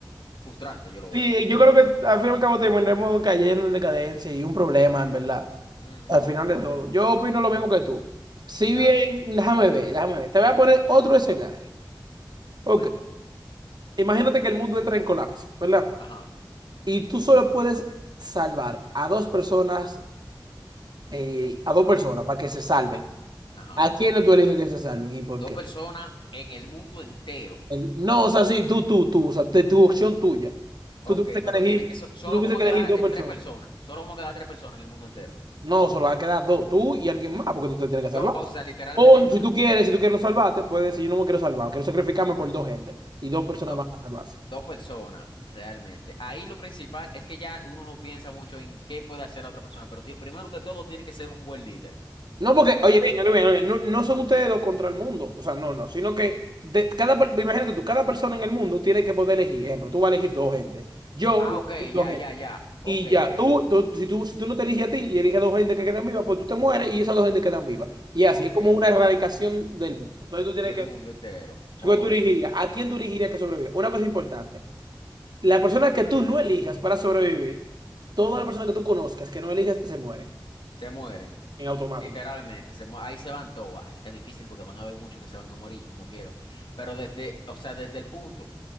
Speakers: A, on the left; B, on the right.
A: frustrante, yo lo veo.
B: Sí, yo creo que al fin y al cabo terminaremos cayendo en decadencia y un problema, en verdad.
A: Ujú,
B: Al
A: ujú.
B: final de todo, yo opino lo mismo que tú. Si
A: La
B: bien,
A: verdad.
B: déjame ver, déjame ver. Te voy a poner otro escenario. Ok.
A: Cuéntame.
B: Imagínate que el mundo entra en colapso, ¿verdad?
A: Ajá,
B: Y tú solo puedes salvar a dos personas, eh, a dos personas para que se salven.
A: ajá.
B: ¿A quién tú eliges que se salven y por
A: Dos
B: qué?
A: personas en el mundo entero.
B: El- no, o sea, sí, tú, tú, tú, o sea, te- tu opción tuya.
A: Ok,
B: Tú tuvieses que
A: pero
B: elegir,
A: tiene, so- solo
B: tú tuvieses
A: vamos
B: que
A: a quedar
B: elegir dos
A: eh,
B: personas.
A: tres personas. Solo vamos a quedar tres personas en el mundo entero.
B: No, solo van a quedar dos, tú y alguien más, porque tú te tienes
A: Yo,
B: que salvar.
A: o sea, literalmente
B: O
A: yo
B: si
A: me tengo
B: tú quieres,
A: que-
B: si tú quieres no salvarte, puedes decir, yo no me quiero salvar, quiero sacrificarme por dos gente. Y dos personas
A: do-
B: van a salvarse.
A: dos personas, realmente. Ahí lo principal es que ya uno no piensa mucho en qué puede hacer la otra persona, pero ti- primero que todo tiene que ser un buen líder,
B: No porque,
A: la
B: oye,
A: verdad.
B: venga, venga, venga, no, no son ustedes dos contra el mundo. O sea, no, no. Sino que de- cada, per- imagínate tú, cada persona en el mundo tiene que poder elegir. Ejemplo, tú vas a elegir dos gente. Yo
A: Ah,
B: voy
A: ok,
B: a elegir dos
A: ya,
B: gente.
A: ya, ya.
B: Y
A: Ok,
B: ya,
A: ok,
B: tú, tú- si tú, si tú no te eliges a ti y eliges a dos gente que quedan vivas, pues tú te mueres y esas dos gente quedan vivas. Y así
A: ok.
B: es como una erradicación del mundo. Entonces tú tienes
A: Del
B: que
A: mundo entero. Ok.
B: ¿Qué tú elegirías? ¿A quién tú elegirías que sobreviva? Una cosa importante. La persona que tú no elijas para sobrevivir, toda la persona que tú conozcas que no elijas se muere
A: Se mueren.
B: en automático.
A: Literalmente, se mu- ahí se van todas. Ahí está difícil porque van a haber muchos que se van a morir, como quiera. Pero desde, o sea, desde el punto.